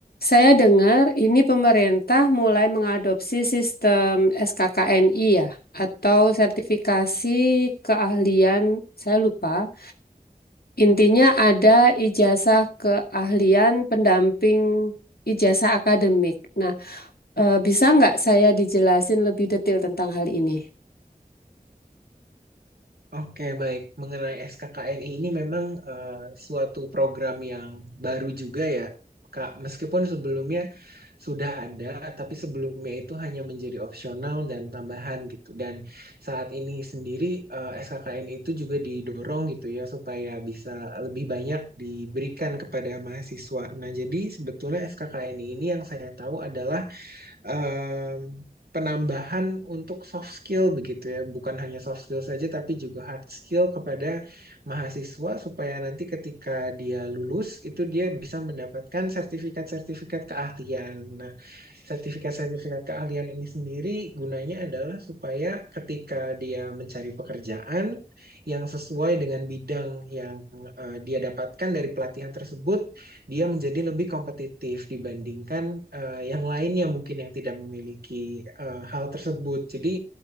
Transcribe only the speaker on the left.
saya dengar ini pemerintah mulai mengadopsi sistem SKKNI ya, atau sertifikasi keahlian, saya lupa. Intinya ada ijazah keahlian pendamping ijazah akademik. Nah, eh, bisa nggak saya dijelasin lebih detail tentang hal ini?